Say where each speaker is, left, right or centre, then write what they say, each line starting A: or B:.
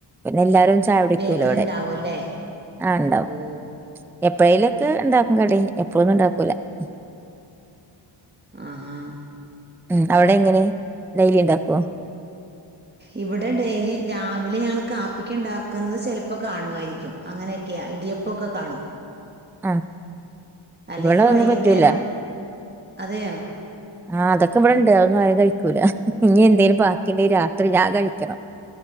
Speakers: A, in the centre; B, on the right (about 20°).
A: എല്ലാരും ചായ കുടിക്കൂല
B: ബേക്കറി
A: വ്ടെ
B: ഉണ്ടാവും അല്ലേ
A: ആഹ് ണ്ടാവും
B: ഓ
A: എപ്പഴേലൊക്കെ ഉണ്ടാക്കു കടി എപ്പോളോന്നുണ്ടാകു <unintelligible>
B: ആഹാ
A: ഉം അവിടെങ്ങനെ ഡൈലി ണ്ടാക്കുവോ
B: ഇവിടെ ഡെയിലി രാവിലെ ഞങ്ങള് കാപ്പിക്ക്ണ്ടാക്ക്ന്നത് ചിലപ്പോ കാണുവായിരിക്കും അങ്ങനെയൊക്കെയാ ഇടിയപ്പൊക്കെ കാണും
A: ആഹ്
B: അല്ലെങ്കി
A: ഇവിടെ ഒന്നും
B: വൈകിന്നേരം
A: പറ്റൂല
B: അതെയോ
A: ആഹ് അതൊക്കെവ്ടണ്ട് അതൊന്നാരു കഴിക്കൂല ഇനി എന്തേലും ബാക്കിണ്ടങ്കി രാത്രി ഞാൻ കഴി ക്കണ